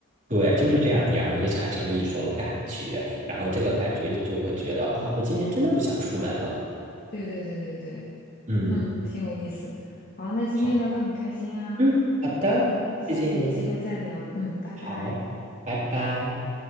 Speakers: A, on the right; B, on the left.
A: 对，就是这样，你让你产生了一种感觉，然后这个感觉你就会觉得，哦，我今天真的不想出门了。
B: 对对对对对。
A: 嗯，
B: 嗯，挺有意思。好，那今天聊得很开心啊，
A: 好，嗯，好的，
B: 我们下次有机会再聊。
A: 谢谢你，
B: 嗯，拜拜。
A: 好，拜拜。